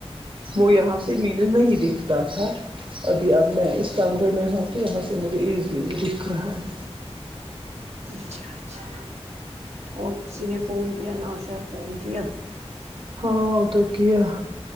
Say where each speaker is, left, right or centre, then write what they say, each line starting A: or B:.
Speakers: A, on the right; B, on the right.
A: وہ یہاں سے مینز نہیں دکھتا تھا ابھی اب میں اس کمرے میں ہوں تو یہاں سے مجھے ایزلی وہ دکھ رہا ہے
B: اچھا اچھا اور کسی نے فون کیا نام شہر فون کیا
A: ہاں ا تو کیا ہے